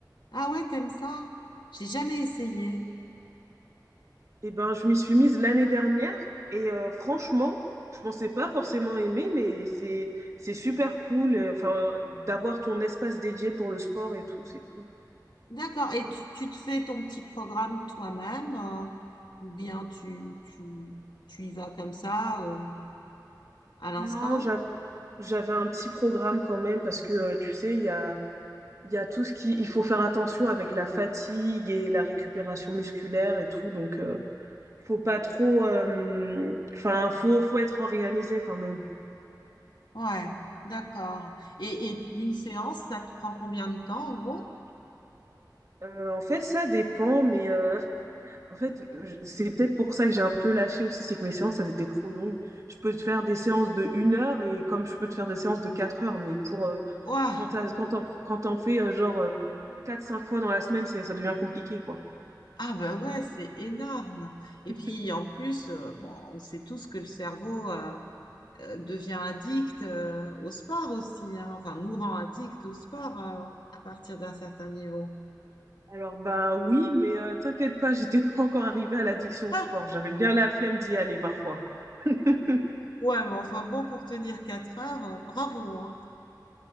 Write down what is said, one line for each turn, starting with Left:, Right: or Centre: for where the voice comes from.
Left: Ah ouais, t'aimes ça? J'ai jamais essayé.
Right: Eh ben, je m'y suis mise l'année dernière et euh, franchement, je pensais pas forcément aimer, mais c'est c'est super cool. euh, Enfin, d'avoir ton espace dédié pour le sport et tout, c'est cool.
Left: D'accord. Et tu, tu te fais ton petit programme toi-même, euh, ou bien tu, tu, tu y vas comme ça, euh, à l'instant?
Right: Non, j'a- j'avais un petit programme quand même parce que euh, tu sais, il y a il y a tout ce qui il faut faire attention avec la fatigue et la récupération musculaire et tout, donc euh, faut pas trop. euh, Enfin, faut faut être organisé quand même.
Left: Ouais, d'accord. Et, et une séance, ça te prend combien de temps en gros?
Right: Euh, en fait, ça dépend, mais euh, En fait, je- c'est peut-être pour ça que j'ai un peu lâché aussi, c'est que mes séances, elles étaient trop longues. Je peux te faire des séances de une heure et comme je peux te faire des séances de quatre heures, mais pour euh,
Left: Ouah,
Right: quand t'as- quand t'en, quand t'en fais euh, genre euh, quatre, cinq fois dans la semaine, c'est- ça devient compliqué, quoi.
Left: Ah bah ouais, c'est énorme. Et
Right: <laughs>
Left: puis en plus, euh, bon, on sait tous que le cerveau euh, euh, devient addict euh, au sport aussi, hein. Enfin, nous rend addict au sport euh, à partir d'un certain niveau.
Right: Alors bah oui, mais euh, t'inquiète pas, j'étais pas encore arrivée à l'addiction
Left: Ah,
Right: au sport. J'avais bien la flemme d'y aller parfois. <laughs>
Left: ouais, mais enfin bon, pour tenir 4 heures, euh, bravo, hein.